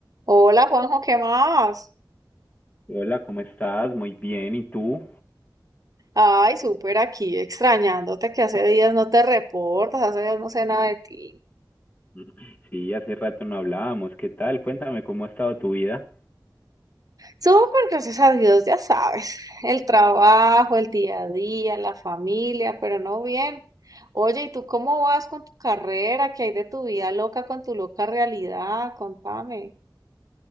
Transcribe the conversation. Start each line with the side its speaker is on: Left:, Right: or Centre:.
Right: Hola Juanjo, ¿qué más?
Left: Hola, ¿cómo estás? Muy bien, ¿y tú?
Right: Ay, súper aquí, extrañándote que hace días no te reportas, hace días no sé nada de ti.
Left: <laughs> Sí, hace rato no hablábamos. ¿Qué tal? Cuéntame cómo ha estado tu vida.
Right: Súper, gracias a Dios, ya sabes, el trabajo, el día a día, la familia, pero no bien. Oye, ¿y tú cómo vas con tu carrera? ¿Qué hay de tu vida loca con tu loca realidad? Contame.